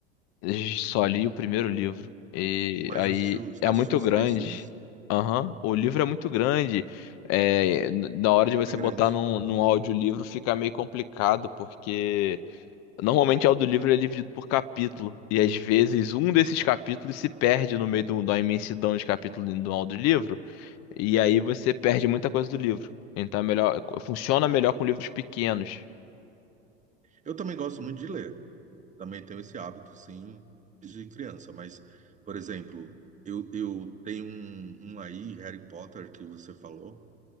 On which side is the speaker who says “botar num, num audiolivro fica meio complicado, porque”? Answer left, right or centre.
Left